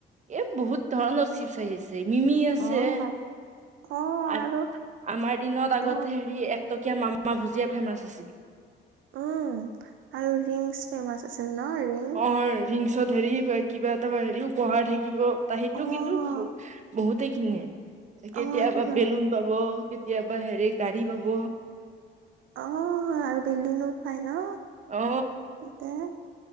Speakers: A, on the right; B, on the right.
A: এ বহুত ধৰণৰ চিপ চ আহিছে। জেমিমি আছে
B: অ
A: আ
B: বাপ অ আৰু
A: আমাৰ দিনত আগতে
B: অ
A: হেৰি। টকীয়া মামা ভুজিয়া ফেমাচ আছিল।
B: উম আৰু ৰিং। ফেমছা আছিল ন ৰিং।
A: অ ৰিংছত হেৰি কিবা এটা হেৰি উপহাৰ থাকিব। ত সেইটো
B: অ
A: কিন্তু ব বহুত। তিখিনিয়ে। কেতিয়াবা
B: অ কিবা
A: বেলুন পাব কে। কেতিয়াবা হেৰি গাড়ী পাব।
B: অ আৰু বেলুনো পাই ন
A: অ অ
B: তাতে।